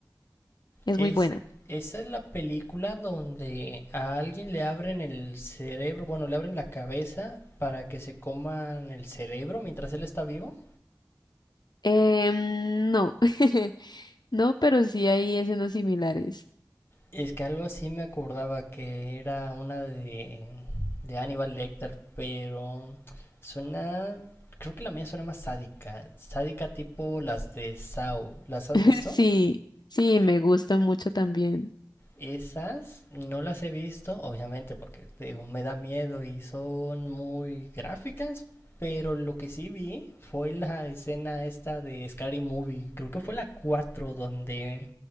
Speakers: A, on the left; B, on the left.
A: Es
B: Es,
A: muy buena.
B: esa es la película donde a alguien le abren el cerebro, bueno, le abren la cabeza para que se coman el cerebro mientras él está vivo.
A: Em, no, <laughs> no, pero sí hay escenas similares.
B: Es que algo así me acordaba que era una de, de Hannibal Lecter, pero suena, creo que la mía suena más sádica, sádica tipo las de Saw. ¿Las has
A: <laughs>
B: visto?
A: Sí, sí, me gusta mucho también.
B: Esas no las he visto, obviamente, porque te digo, me da miedo y son muy gráficas, pero lo que sí vi fue la escena esta de Scary Movie, creo que fue la 4 donde